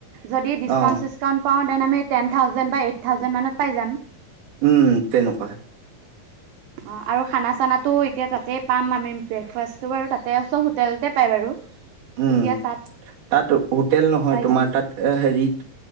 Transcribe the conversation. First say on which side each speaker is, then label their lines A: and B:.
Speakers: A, on the right; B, on the right.
A: যদি ডিছকাউণ্ট
B: অ
A: চিচকাউণ্ট পাওঁ দেন আমি টেন থাউজেণ্ড বা এইট থাউজেণ্ডমানত পাই যাম।
B: উম, তেনেকুৱা।
A: অ' আৰু খানা চানাটো এতিয়া তাতেই পাম আমি ব্ৰেকফাষ্টটো বাৰু তাতে চ'ব হোটেলতে পাই বাৰু। <unintelligible>
B: উম,
A: তাত
B: তাত হোটেল নহয়,
A: পাই
B: তোমাৰ
A: যাম
B: তাত এই হেৰিত